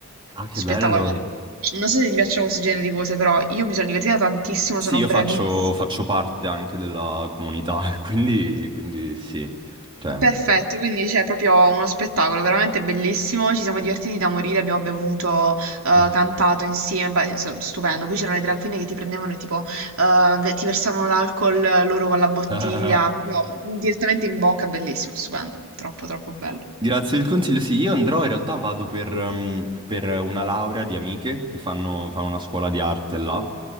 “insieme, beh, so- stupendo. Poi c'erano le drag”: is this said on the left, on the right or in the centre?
Right